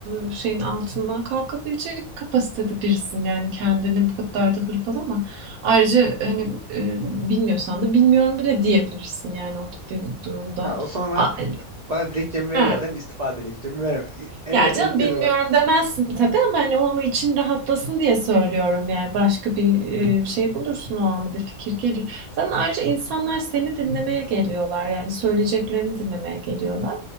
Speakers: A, on the right; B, on the right.
A: e, şeyin altından kalkabilecek kapasitede birisin. Yani kendini bu kadar da hırpalama. Ayrıca hani e, bilmiyorsan da bilmiyorum bile diyebilirsin yani o tip bir durumda.
B: Ha, o sonra
A: A- e,
B: bana dilekçemi verirler
A: Ha,
B: değil mi? İstifa dilekçemi verme. Emre
A: ya canım
B: dilekçeni
A: bilmiyorum
B: ver.
A: demezsin tabii ama hani onun için rahatlasın diye söylüyorum yani başka bir e, şey bulursun o anda bir fikir gelir. Zaten ayrıca insanlar seni dinlemeye geliyorlar yani söyleyeceklerini dinlemeye geliyorlar